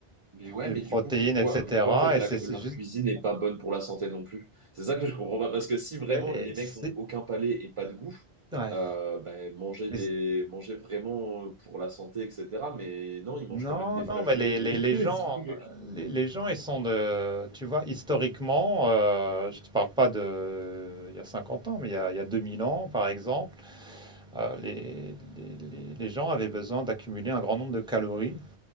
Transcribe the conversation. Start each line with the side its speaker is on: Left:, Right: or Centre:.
Right: mais ouais,
Centre: de
Right: mais
Centre: protéines
Right: du coup, pourquoi,
Centre: et cetera
Right: pourquoi en fait
Centre: et
Right: la-
Centre: c'est c'est
Right: leur
Centre: juste
Right: cuisine n'est pas bonne pour la santé non plus? C'est ça que je comprends pas. Parce que si vraiment
Centre: et
Right: les
Centre: c'est
Right: mecs ont aucun palais et pas de goût,
Centre: ouais,
Right: euh, ben, manger
Centre: mais
Right: des, manger vraiment euh, pour la santé, etc. Mais non, ils mangent
Centre: Non,
Right: quand même des flageolets,
Centre: non, mais les,
Right: des,
Centre: les, les
Right: <laughs> des
Centre: gens,
Right: trucs.
Centre: les, les gens, ils sont de, tu vois, historiquement, euh, je ne te parle pas de, il y a 50 ans, mais il y a, il y a 2000 ans, par exemple, euh, les, les- les- les gens avaient besoin d'accumuler un grand nombre de calories